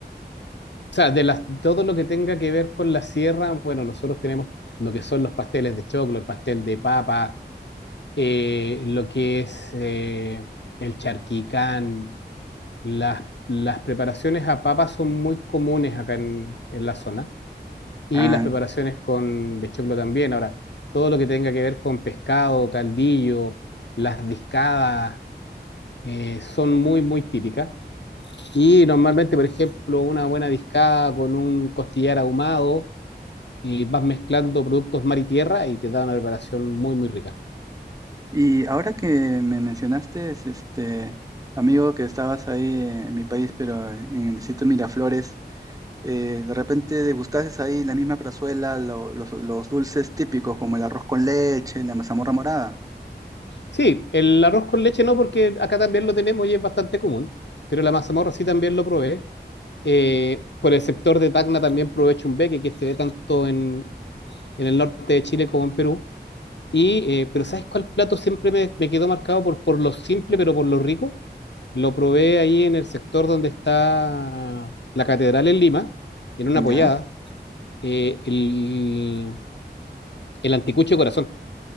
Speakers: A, on the left; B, on the right.
A: O sea, de las, todo lo que tenga que ver con la sierra, bueno, nosotros tenemos lo que son los pasteles de choclo, el pastel de papa, eh, lo que es eh, el charquicán, las, las preparaciones a papa son muy comunes acá en en la zona. y
B: Ah,
A: las preparaciones con de choclo también. Ahora, todo lo que tenga que ver con pescado, caldillo, las discadas, eh, son muy, muy típicas. Y normalmente, por ejemplo, una buena discada con un costillar ahumado y vas mezclando productos mar y tierra y te da una preparación muy, muy rica.
B: y ahora que me mencionaste, es este, amigo, que estabas ahí en mi país, pero en el distrito Miraflores. eh, de repente degustases ahí la misma plazuela, lo- los, los dulces típicos como el arroz con leche, la mazamorra morada,
A: Sí, el arroz con leche no, porque acá también lo tenemos y es bastante común, pero la mazamorra sí también lo probé. Eh, por el sector de Tacna también provee beque que se ve tanto en, en el norte de Chile como en Perú. Y, eh, pero ¿sabes cuál plato siempre me, me quedó marcado por, por lo simple, pero por lo rico? Lo probé ahí en el sector donde está la catedral en Lima, en una
B: ¿ya?
A: pollada, eh, el, el anticucho de corazón.